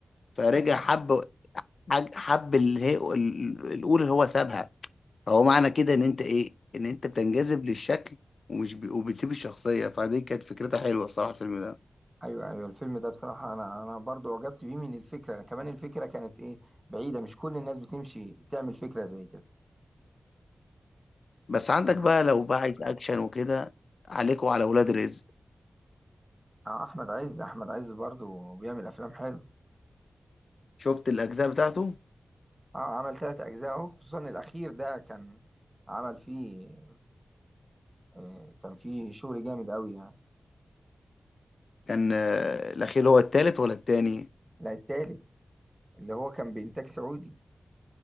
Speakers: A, on the left; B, on the right.
A: فرجع
B: ايوه
A: حب حاج- حب اللي هي ال- الاولى اللي هو سابها فهو معنى كده ان انت ايه ان انت بتنجذب للشكل ومش ب... وبتسيب الشخصيه فدي كانت فكرتها حلوه الصراحه الفيلم ده
B: ايوه ايوه الفيلم ده بصراحه انا انا برضو عجبت بيه من الفكره كمان الفكره كانت ايه بعيده مش كل الناس بتمشي تعمل فكره زي كده
A: بس عندك
B: بس
A: بقى لو بقى عايز اكشن وكده عليك وعلى ولاد رزق
B: آه احمد عز احمد عز برضو بيعمل افلام حلو
A: شفت الاجزاء بتاعته
B: اه عمل ثلاث اجزاء اهو خصوصا الاخير ده كان عمل فيه آه كان فيه شغل جامد قوي يعني
A: كان آه، الاخير هو التالت ولا التاني
B: لا التالت اللي هو كان بانتاج سعودي